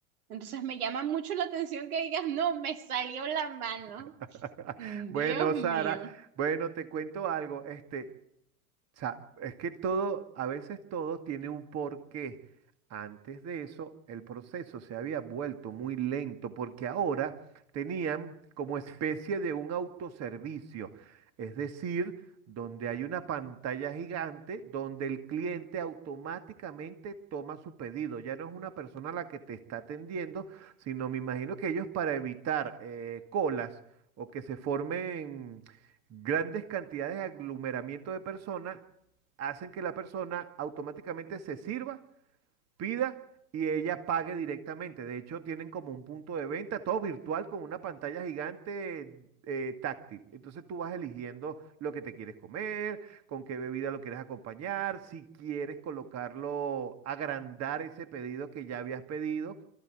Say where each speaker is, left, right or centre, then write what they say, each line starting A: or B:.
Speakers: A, on the right; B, on the right.
A: Entonces me llama mucho la atención que digas, no, me salió la mano.
B: <laughs>
A: Dios
B: Bueno,
A: mío.
B: Sara, bueno, te cuento algo. Este, O sea, es que todo, a veces todo tiene un porqué. Antes de eso, el proceso se había vuelto muy lento porque ahora tenían como especie de un autoservicio, es decir, donde hay una pantalla gigante donde el cliente automáticamente toma su pedido. Ya no es una persona la que te está atendiendo, sino me imagino que ellos para evitar eh, colas o que se formen Grandes cantidades de aglomeramiento de personas hacen que la persona automáticamente se sirva, pida y ella pague directamente. De hecho, tienen como un punto de venta, todo virtual con una pantalla gigante eh, táctil. Entonces tú vas eligiendo lo que te quieres comer, con qué bebida lo quieres acompañar, si quieres colocarlo, agrandar ese pedido que ya habías pedido